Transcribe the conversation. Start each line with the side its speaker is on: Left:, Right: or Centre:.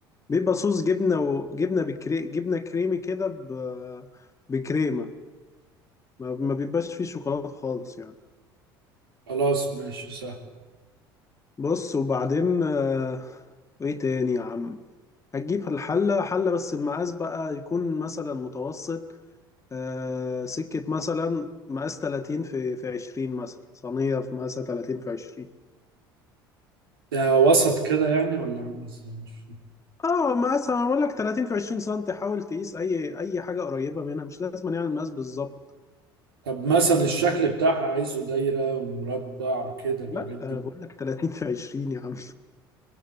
Left: بيبقى صوص جبنة وجبنة بكري جبنة كريمي كده ب... بكريمة ما ما بيبقاش فيه شوكولاتة خالص يعني
Right: خلاص ماشي سهل
Left: بص وبعدين آه، وإيه تاني يا عم هتجيب الحلة حلة بس المقاس بقى يكون مثلا متوسط آه سكة مثلا مقاس 30 في في 20 مثلا صينية في مقاسها 30 في 20
Right: ده وسط كده يعني ولا عامل ازاي؟ مش فاهم.
Left: اه مقاسها معمول لك 30 في 20 سم حاول تقيس أي أي حاجة قريبة منها مش لازم يعني المقاس بالظبط
Right: طب مثلا الشكل بتاعها عايزه دايرة ومربع كده الحاجات
Left: لا
Right: دي
Left: آه بقول لك 30 في 20 يا عم